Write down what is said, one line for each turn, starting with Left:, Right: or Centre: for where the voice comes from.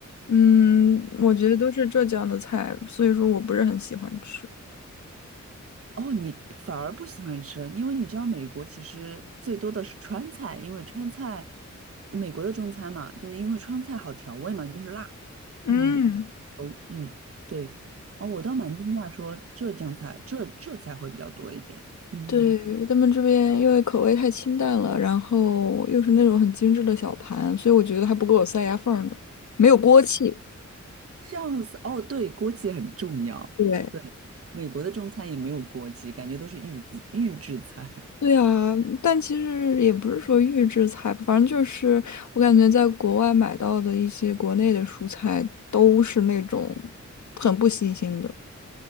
Left: 嗯，我觉得都是浙江的菜，所以说我不是很喜欢吃。
Right: 哦，你反而不喜欢吃，因为你知道美国其实最多的是川菜，因为川菜，美国的中餐嘛，就是因为川菜好调味嘛，就是辣。
Left: 嗯，
Right: 嗯，哦，嗯，对，哦，我倒蛮惊讶说浙江菜，浙浙菜会比较多一点。嗯。
Left: 对，他们这边因为口味太清淡了，然后又是那种很精致的小盘，所以我觉得还不够我塞牙缝儿的，没有锅气。
Right: 笑死！哦，对，锅气很重要。
Left: 对，
Right: 对，美国的中餐也没有锅气，感觉都是预制预制菜。<laughs>
Left: 对啊，但其实也不是说预制菜吧，反正就是我感觉在国外买到的一些国内的蔬菜都是那种很不新鲜的，